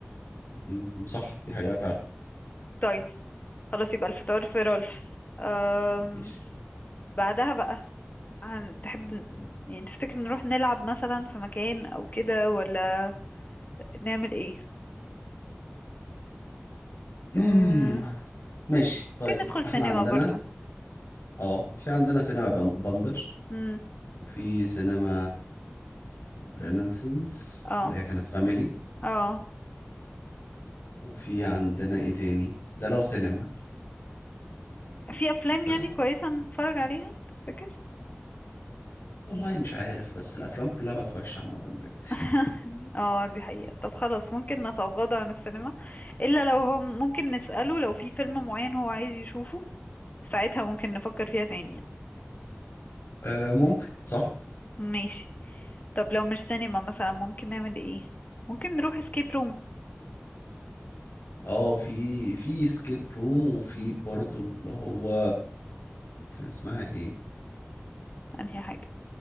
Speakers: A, on the left; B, on the left.
A: أمم، صح دي حقيقة فعلا
B: طيب خلاص يبقى الفطار في رالف أم...
A: ماشي
B: بعدها بقى هن- تحب ن- يعني تفتكر نروح نلعب مثلا في مكان او كده ولا نعمل ايه
A: امم
B: آه،
A: ماشي طيب
B: ممكن ندخل
A: احنا
B: سينما
A: عندنا
B: برضو
A: اه في عندنا سينما بن- بندر
B: امم
A: وفي سينما رينيسانس
B: اه
A: اللي هي كانت فاميلي
B: اه
A: وفي عندنا ايه تاني ده لو سينما
B: في افلام
A: بس
B: يعني كويسة نتفرج عليها تفتكر
A: والله مش عارف بس الافلام كلها بقت وحشة عامة دلوقتي
B: <laughs>
A: <laughs>
B: اه دي حقيقة طب خلاص ممكن نتغاضى عن السينما الا لو هو ممكن نسأله لو في فيلم معين هو عايز يشوفه ساعتها ممكن نفكر فيها تاني يعني.
A: آه ممكن صح
B: ماشي طب لو مش سينما مثلا ممكن نعمل ايه ممكن نروح اسكيب روم
A: اه في في سكيب روم وفي برضو اللي هو كان اسمها ايه
B: انهي حاجة